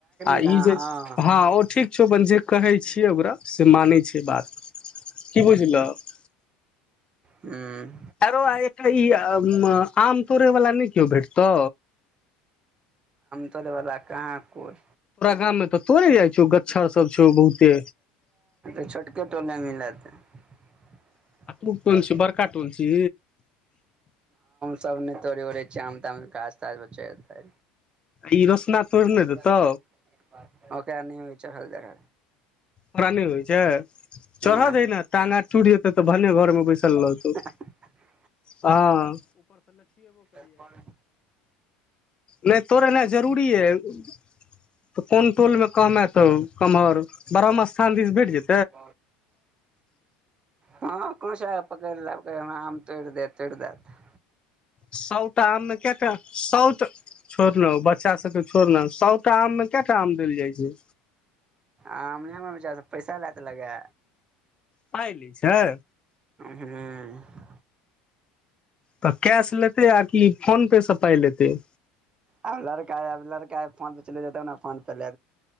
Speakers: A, on the left (about 25°); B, on the right (about 25°).
A: आ
B: न हँ
A: ई जे हाँ ओ ठीक छौ अपन जे कहै छी से ओकरा से मानै छै बात की बुझलहक
B: हुं
A: एंरौ आ एकटा ई आम तोड़े वला नहि कियो भेट तौ
B: तोलैवला कहाँ कोई
A: गाम मे तऽ तोड़े जाइ छौ गच्छर सब छौ बहुते
B: छोटकेतो नहि मिलत <unintelligible>
A: आ तू कोन
B: ह
A: छी बड़का टोन छी
B: सब ने तोड़ै ओरै छी आम त साल बच्चातै
A: ई रोसना तोड़ि ने
B: ओक
A: देतौ
B: आ नहि विचार हलदर
A: ओकरा नहि होइ छै चढ़ऽ
B: नहि
A: दही ने टांग हाथ टूट जेतै तऽ भने घर मे बैसल रहतौ
B: <inaudible>
A: हाँ
B: तऽ कोना
A: नहि तोरनाई जरूरी यए तऽ कोन टोल मे कमे हतो कम्हर ब्रह्म स्थान दिस भेट जेतै
B: <unintelligible> ह खुश है पकड़ लेते कहय छै आम तोड़ देय तोड़ देय
A: सौता आममे केटा सौत छोड़लउ बच्चा सबके छोड़ना सौटा आममे कए टा आम देल जाइ छै
B: आमनेमे चार पैसा ल त लगै
A: पाइ देय छै
B: हूँ
A: तऽ कैश लेते आ कि फोन पे से पाइ लेतैय
B: आब लड़का आब लड़का आ फोन प चलत ने फोन पर ले